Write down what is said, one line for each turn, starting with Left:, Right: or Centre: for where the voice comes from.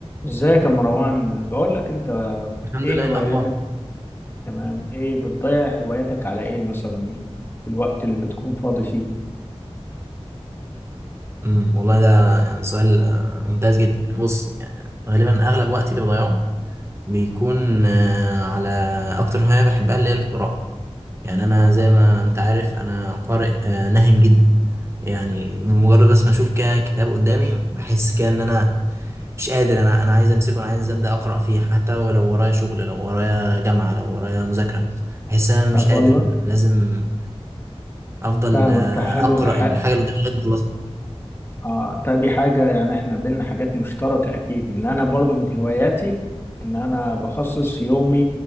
Left: ازيك يا مروان بقول لك انت
Right: الحمد
Left: ايه
Right: لله إيه
Left: هواياتك
Right: الاخبار
Left: تمام ايه بتضيع هواياتك على ايه مثلا في الوقت اللي بتكون فاضي فيه
Right: امم والله ده يعني سؤال آه، ممتاز جدا بص يعني غالبا اغلب وقتي اللي بضيعه بيكون آه، على اكتر هوايه بحبها اللي هي القراءه يعني انا زي ما انت عارف انا قارئ آه، نهم جدا يعني بمجرد بس ما اشوف كده كتاب قدامي بحس كده ان انا مش قادر انا انا عايز امسكه انا عايز ابدا اقرا فيه حتى ولو ورايا شغل لو ورايا جامعه لو ورايا مذاكره بحس ان انا مش
Left: طب
Right: قادر
Left: والله
Right: لازم افضل
Left: فاهمك
Right: آه،
Left: ده حلو
Right: اقرا
Left: ح-
Right: الحاجه اللي قدامي لغايه ما اخلصها
Left: اه طيب دي حاجة يعني احنا بينا حاجات مشتركة اكيد ان انا برضو من هواياتي ان انا بخصص يومي